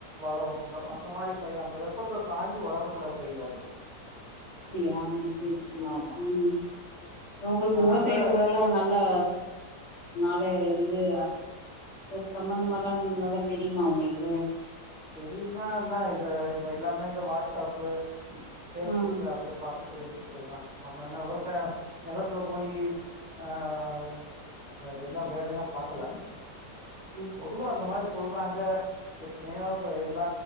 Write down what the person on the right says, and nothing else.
வளரும் அந்த அந்த மாதிரி பயிர் அந்த வெப்பத்தை தாங்கி வளரக்கூட பயிர் அது
ஆமா
அதனால
தெரியும்னா என்னா இத இத எல்லாமே இந்த வாட்ஸ்ஆப்பு ஃபேஸ்புக்கு
அதல பாத் தெரிஞ்சுக்கிறதுதான் நம்ம என்ன விவசாயம் நிலத்துல போயி ஆஹ் எல்லா வேலலாம் பாக்கல
பொதுவா அந்த மாரி சொல்றாங்க எத்னையோ இப்ப எல்லா